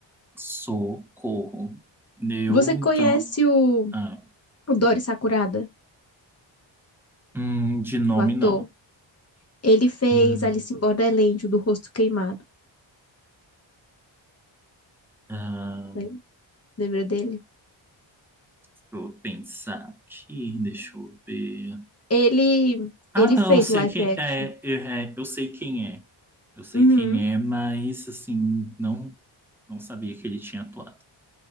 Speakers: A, in the centre; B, on the left (about 30°).
A: Socorro. Eu,
B: Você conhece
A: então.
B: o,
A: ah,
B: o Dory Sakurada,
A: hum, de nome,
B: o ator?
A: não.
B: Ele fez
A: Hum,
B: Alice in Borderland, o do rosto queimado.
A: ah,
B: Lem- Lembra dele?
A: deixa eu pensar aqui, deixa eu ver.
B: Ele,
A: Ah,
B: ele
A: não,
B: fez
A: sei
B: o live
A: quem
B: action.
A: é. Eu, é, eu sei quem é. Eu sei
B: Uhum.
A: quem é, mas, assim, não, não sabia que ele tinha atuado.